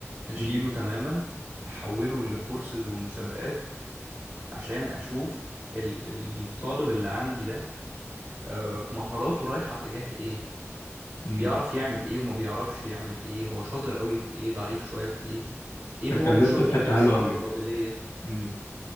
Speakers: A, on the right (about 50°); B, on the left (about 85°).
A: هشيله
B: امم
A: تماما احوله لكورسز ومسابقات عشان اشوف ال- الطالب اللي عندي ده آه، مهاراته رايحة تجاه ايه
B: امم
A: بيعرف يعمل ايه وما بيعرفش يعمل ايه هو شاطر قوي في ايه ضعيف شوية في ايه ايه
B: اتكلمت
A: هو مش شاطر
B: في
A: فيه
B: حتة حلوة
A: بس عنده
B: قوي
A: قابلية
B: امم